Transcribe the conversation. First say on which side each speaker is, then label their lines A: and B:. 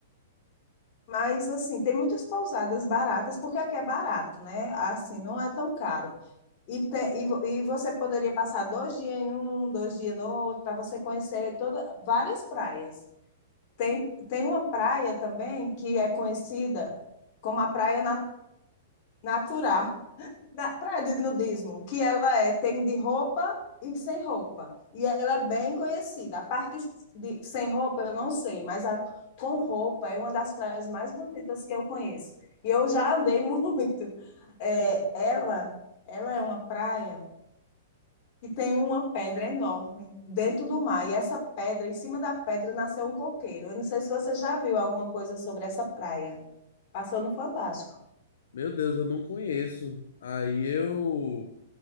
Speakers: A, on the left; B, on the left.
A: Mas, assim, tem muitas pousadas baratas, porque aqui é barato, né? Assim, não é tão caro. E, te- e, vo- e você poderia passar dois dias em um, dois dias no outro, para você conhecer toda, várias praias. Tem, tem uma praia também que é conhecida como a Praia Na- Natural da praia de nudismo, que ela é tem de roupa e sem roupa. E ela é bem conhecida. A parte de sem roupa eu não sei, mas a com roupa é uma das praias mais bonitas que eu conheço. E eu já andei <laughs> muito. É, ela, ela é uma praia que tem uma pedra enorme dentro do mar. E essa pedra, em cima da pedra, nasceu um coqueiro. Eu não sei se você já viu alguma coisa sobre essa praia. Passou no Fantástico.
B: Meu Deus, eu não conheço. Aí eu.